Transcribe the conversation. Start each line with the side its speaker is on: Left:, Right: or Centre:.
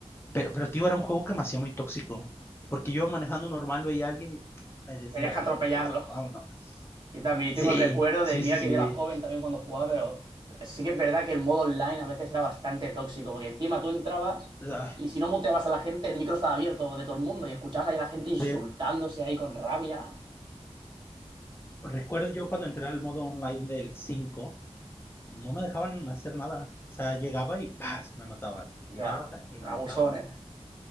Left: Pero, pero, tío, era un juego que me hacía muy tóxico. Porque yo manejando normal veía a alguien y me desviaba
Right: Tenías que
Left: y
Right: atropellarlo.
Left: lo atropellaba. Vámonos.
Right: Yo también
Left: Sí,
Right: tengo el recuerdo
Left: sí,
Right: de, mira
Left: sí, sí.
Right: que yo era joven también cuando jugaba, pero sí que es verdad que el modo online a veces era bastante tóxico, porque encima tú entrabas
Left: Ah,
Right: y si no muteabas a la gente, el micro estaba abierto de todo el mundo y escuchabas ahí a la gente insultándose
Left: sí.
Right: ahí con rabia.
Left: Recuerdo yo cuando entré al modo online del 5 no me dejaban hacer nada. O sea, llegaba y ¡paz! me mataban.
Right: Ya,
Left: Llegaba y
Right: abusones.
Left: me mataban.